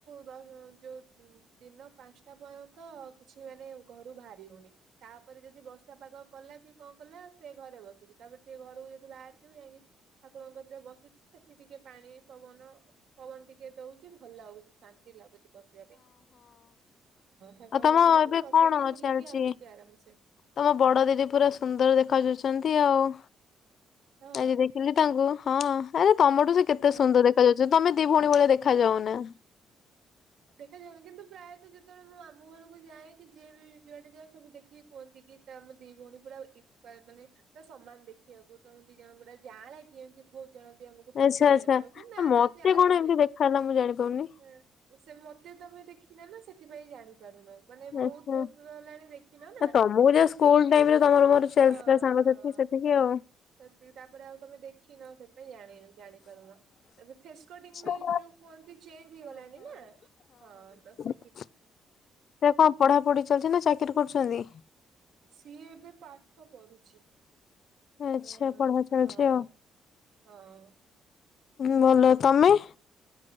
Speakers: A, on the right (about 75°); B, on the left (about 60°).
A: ଦଶ ଶ ଯୋଉ ଦିନ ପାଞ୍ଚଟା ପର୍ଯ୍ୟ ତ କିଛି ମାନେ ଘରୁ ବାହାରି ହଉନି। ତାପରେ ଯଦି ବର୍ଷା ପାଗ କଲା କି କଣ କଲା ସେ ଘରେ ବସିଲି ତାପରେ ସେ ଘରକୁ ଯଦି ବାହାରିଥିବ ଯାଇକି ଠାକୁରଙ୍କ କତିରେ ବସି ତି ସେଠି ଟିକେ ପାଣି ପବନ ପବନ ଟିକେ ଦଉଛି ଭଲ ଲାଗୁଛି। ଶାନ୍ତି ଲାଗୁଛି ବସି <unintelligible> ହଁ ଠାକୁରଙ୍କ
B: ଆଉ ତମ
A: ପାଖରେ
B: ଏବେ
A: ମୁଁ ବସିକି
B: କଣ
A: ବୁଲିକି
B: ଚାଲିଛି?
A: ଆସୁଛି ଆରାମସେ।
B: ତମ ବଡ଼ ଦିଦି ପୁରା ସୁନ୍ଦର ଦେଖାଯାଉଛନ୍ତି ଆଉ।
A: ହଁ
B: ଆଜି ଦେଖିଲି ତାଙ୍କୁ ହଁ ଆରେ ତମଠୁ ସେ କେତେ
A: ଓହୋ।
B: ସୁନ୍ଦର ଦେଖାଯାଉଛି। ଯୋଉ ତମେ ଦି ଭଉଣୀ ଭଳିଆ ଦେଖା ଯାଉନା।
A: ଦେଖାଯାଉନି କିନ୍ତୁ ପ୍ରାୟତଃ ଯେତେବେଳେ ମୋ ମା ମାମୁଁ ଘରକୁ ଯାଏକି ଯିଏ ବି ଯୁଆଡ଼େ ଯାଏ ସବୁ ଦେଖିକି କୁହନ୍ତି କି ତମେ ଦି ଭଉଣୀ ପୁରା ଇକ୍ଵାଲ ମାନେ ତ ସମାନ ଦେଖିବାକୁ ତମ ଦି ଜଣ ପୁର ଜାଆଁଳା କିଏ ଏମିତି ବହୁତ ଜଣେ ବି ଆମକୁ ପଚାରିଚନ୍ତି
B: ଆଚ୍ଛା ଆଚ୍ଛା
A: ଆମକୁ। ନା
B: ମତେ
A: ନା ଜାଆଁଳା
B: କଣ
A: ନୁହେଁଁ।
B: ଏମିତି ଦେଖାହେଲା ମୁଁ ଜାଣିପାରୁନି
A: ହେ ସେ ମତେ ତମେ ଦେଖିନ ନା ସେଥିପାଇଁ ଜାଣି ପାରୁନ ମାନେ ବହୁତ
B: ଆଚ୍ଛା।
A: ବର୍ଷ ହେଲାଣି ଦେଖିନ ନା।
B: ତମକୁ ଯା ସ୍କୁଲ ଟାଇମ ରେ ତମର ମୋର
A: ହଁ
B: ଚାଲିଥିଲା ସାଙ୍ଗସାଥି
A: ହଁ
B: ସେତିକି ଆଉ।
A: ସେତିକି ତାପରେ ଆଉ ତମେ ଦେଖିନ ସେଥିପାଇଁ ଜାଣି ଜାଣିପାରୁନ। ଏବେ ଫେସ୍ କଟିଙ୍ଗି
B: ଆଉ।
A: ବି ଯୋଉ କୁହନ୍ତି ଚେଞ୍ଜ ହେଇଗଲାଣିି ନା ହଁ ତ ସେ
B: ଏବେ କଣ ପଢ଼ା ପଢ଼ି ଚାଲିଛି ନା ଚାକିରି କରୁଛନ୍ତି।
A: ସିଏ ଏବେ ପାଠ ପଢୁଛି।
B: ଆଚ୍ଛା
A: ଆଚ-
B: ପଢା ଚାଲିଛି
A: ହଁ -ହଁ-
B: ଆଉ। ମୁଁ ଭଲ ତମେ।